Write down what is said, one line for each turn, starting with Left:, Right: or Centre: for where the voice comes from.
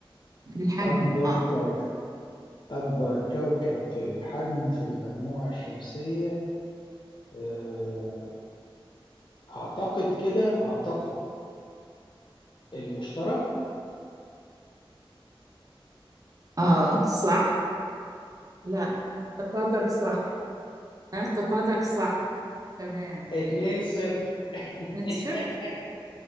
Right: الحجم
Left: أكبر
Right: اه
Left: كوكب أكبر كوكب في الحجم في المجموعة الشمسية آه أعتقد كده أعتقد المشتري
Right: اه صح لا اعتقادك صح اعتقادك صح تمام
Left: اتنين صفر <laughs>
Right: من صفر